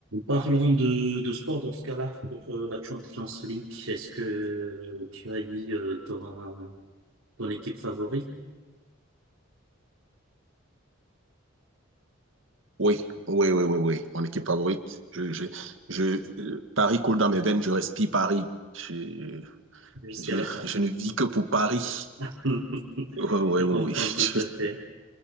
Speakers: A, on the right; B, on the right.
A: Parlons de, de sport dans ce cas-là pour euh, la Champions League. Est-ce que tu as eu euh, ton, ton équipe favorite
B: Oui, oui, oui, oui, oui. Mon équipe favorite. Je, je, je, euh, Paris coule dans mes veines, je respire Paris. Je,
A: jusqu'à
B: je,
A: la fin?
B: je ne vis que pour Paris.
A: <laughs>
B: Oui, oui,
A: Je
B: oui,
A: comprends tout
B: oui.
A: à fait.
B: <laughs>